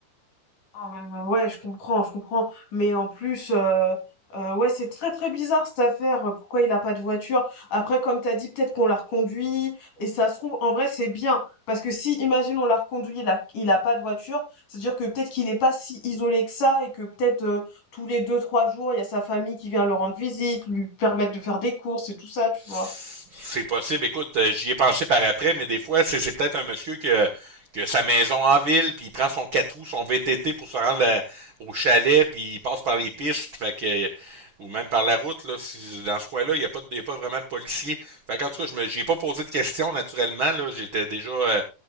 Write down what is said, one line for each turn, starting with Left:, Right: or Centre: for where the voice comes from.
Left: Ah bah, bah, ouais, je comprends, je comprends. Mais en plus, euh, euh, ouais, c'est très très bizarre cette affaire. euh, Pourquoi il a pas de voiture? Après, comme t'as dit, peut-être qu'on l'a reconduit. Et ça se trouve, en vrai, c'est bien. Parce que si, imagine, on l'a reconduit, il a, il a pas de voiture, c'est-à-dire que peut-être qu'il est pas si isolé que ça et que peut-être euh, tous les deux, trois jours, il y a sa famille qui vient le rendre visite, lui permettre de faire des courses et tout ça, tu
Right: C'est
Left: vois.
Right: possible. Écoute, euh, j'y ai pensé par après, mais des fois, c'est c'est peut-être un monsieur qui a, qui a sa maison en ville, puis il prend son 4 roues, son VTT pour se rendre à- au chalet, puis il passe par les pistes, fait que, euh, ou même par la route. Là, si- dans ce coin-là, il n'y a, pas de- il y a pas vraiment de policiers. Fait qu'en tout cas, je me- j'y ai pas posé de questions, naturellement. là. J'étais déjà... euh,